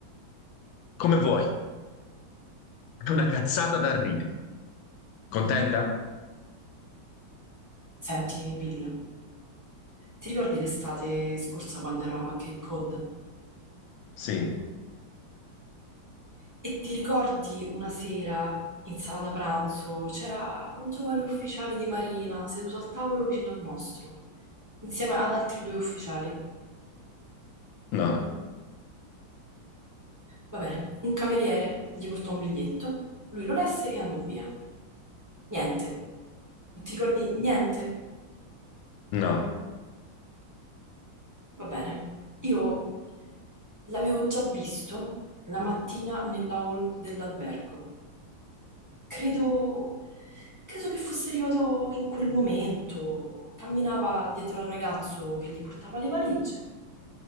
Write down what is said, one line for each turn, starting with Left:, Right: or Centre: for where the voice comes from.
Left: come vuoi. È una cazzata da ridere. Contenta?
Right: Senti, Bill, ti ricordi l'estate scorsa quando eravamo a Cape Cod?
Left: Sì.
Right: E ti ricordi una sera in sala da pranzo c'era un giovane ufficiale di Marina seduto al tavolo vicino al nostro, insieme ad altri due ufficiali.
Left: No,
Right: Va bene, un cameriere gli portò un biglietto, lui lo lesse e andò via. Niente. Non ti ricordi niente?
Left: no.
Right: Va bene. Io l'avevo già visto la mattina nella hall dell'albergo. Credo, credo che fosse arrivato in quel momento. Camminava dietro al ragazzo che gli portava le valigie